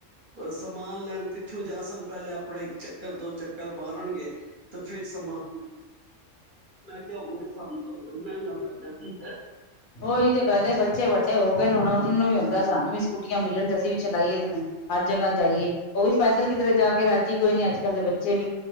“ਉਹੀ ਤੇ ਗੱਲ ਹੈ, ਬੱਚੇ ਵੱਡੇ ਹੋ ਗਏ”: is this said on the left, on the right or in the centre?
Left